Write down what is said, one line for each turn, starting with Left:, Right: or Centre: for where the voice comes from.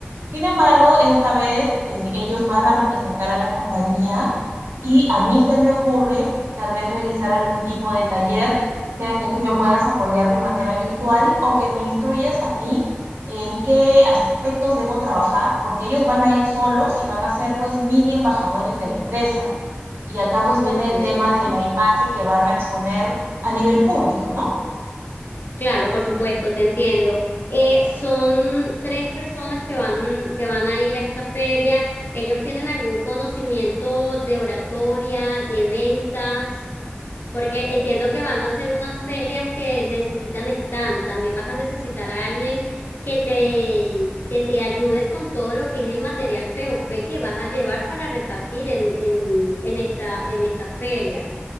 Right: Sin embargo, esta vez eh, ellos van a representar a la compañía y a mí se me ocurre tal vez realizar algún tipo de taller, sea que tú me puedas apoyar de manera virtual o que me instruyas a mí en qué aspectos debo trabajar, porque ellos van a ir solos y van a ser pues mini embajadores de la empresa. Y acá pues viene
Left: Ok.
Right: el tema de la imagen que van a exponer a nivel público, ¿no?
Left: Claro, por supuesto, te entiendo. Eh, son tres personas que van, que van a ir a esta feria. ¿Ellos tienen algún conocimiento de oratoria, de ventas? porque entiendo que van a ser unas ferias que necesitan stand, también vas a necesitar a alguien que te, que te ayude con todo lo que es el material POP que vas a llevar para repartir en, en, en esta, en esta feria.